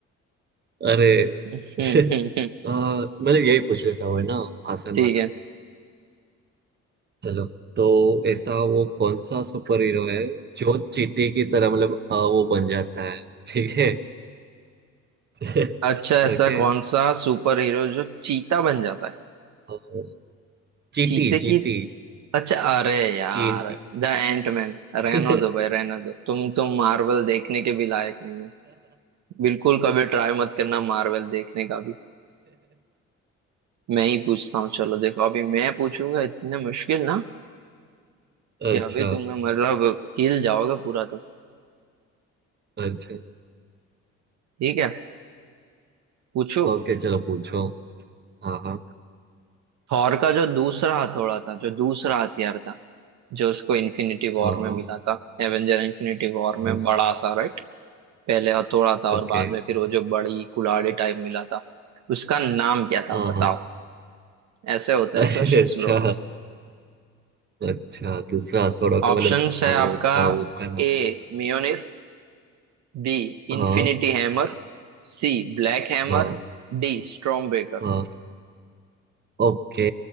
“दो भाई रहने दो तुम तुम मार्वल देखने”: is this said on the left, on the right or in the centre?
Right